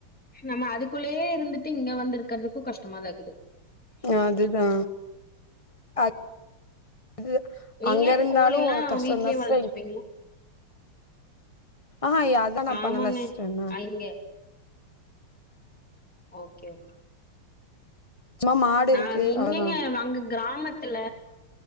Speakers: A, in the centre; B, on the left.
A: நம்ம அதுக்குள்ளேயே இருந்துட் ட்டு இங்க வந்து இருக்கிறதுக்கூ கஷ்டமா தா இக்
B: அ அதுதா அத் அது
A: நீங்க
B: அங்க இருந்தாலு
A: கோழிலாம்
B: கஷ்டந்தா
A: வீட்லயே வளர்த்துப்பீங்களா?
B: சிஸ்ட ஆஹா எ அதா நா
A: ஆமாங்க.
B: பண்ணல சிஸ்டர் நா
A: அ இங்க ஓகே ஓகே
B: சும்மா மாடு
A: நா
B: இருக்கு
A: இங்ஙங்க
B: அவ்ளோதா
A: அங்க கிராமத்துல